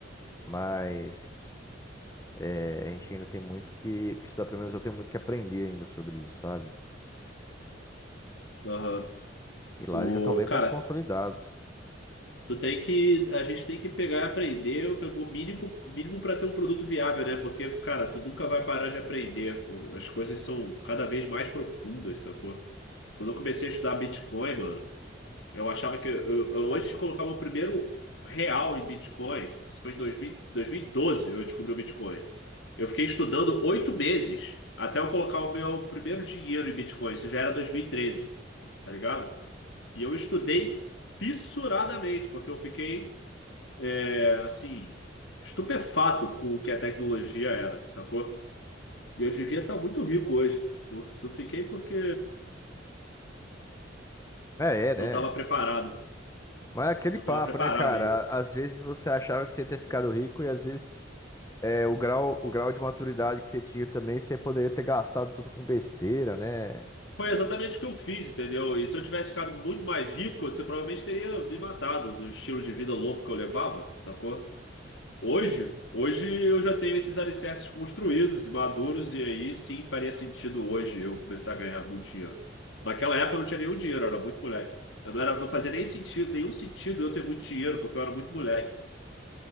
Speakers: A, on the left; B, on the left.
A: mas é, a gente ainda tem muito que, que estudar. Pelo menos eu tenho muito que aprender ainda sobre isso, sabe?
B: Aham.
A: E lá
B: O,
A: eles já estão bem
B: cara,
A: mais consolidados.
B: Tu tem que, a gente tem que pegar e aprender o o mínimo, mínimo para ter um produto viável, né? Porque, cara, tu nunca vai parar de aprender. O- As coisas são cada vez mais profundas, sacou? Quando eu comecei a estudar Bitcoin, mano, eu achava que eu, eu- eu antes de colocar meu primeiro real em Bitcoin, isso foi em 2000, doze eu descobri o Bitcoin. Eu fiquei estudando oito meses até eu colocar o meu primeiro dinheiro em Bitcoin. Isso já era dois mil e treze tá ligado? E eu estudei fissuradamente, porque eu fiquei é, assim, estupefato com o que a tecnologia era, sacou? E eu devia estar muito rico hoje. Eu só fiquei porque
A: É, é, né?
B: não estava preparado.
A: Mas é aquele
B: Não
A: papo,
B: estava preparado
A: né, cara?
B: ainda.
A: Á- Às vezes você achava que você ia ter ficado rico e às vezes é, o grau, o grau de maturidade que você tinha também, você poderia ter gastado tudo com besteira, né?
B: Foi exatamente o que eu fiz, entendeu? E se eu tivesse ficado muito mais rico, eu te- provavelmente teria me matado no estilo de vida louco que eu levava, sacou? Hoje, hoje eu já tenho esses alicerces construídos e maduros, e aí sim faria sentido hoje eu começar a ganhar muito dinheiro. Naquela época eu não tinha nenhum dinheiro, eu era muito moleque. Eu não era, não fazia nem sentido, nenhum sentido eu ter muito dinheiro, porque eu era muito moleque.